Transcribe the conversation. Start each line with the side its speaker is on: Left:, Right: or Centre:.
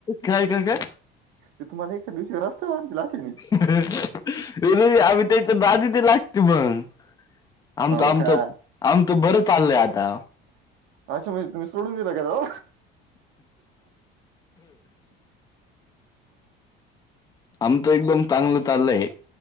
Left: काय काय काय
Right: ते तुम्हाला एका दिवशी रस्त्यावर आणतील अशाने.
Left: ये नाही आमची त्यांचा दादि दे लागते मंग. आमचं
Right: हो
Left: आमचं
Right: काय
Left: आमचं, बरं चाललय आता.
Right: अशा म्हणजे तुम्ही सोडून दिला का हो?
Left: आमचं एकदम चांगलं चाललंय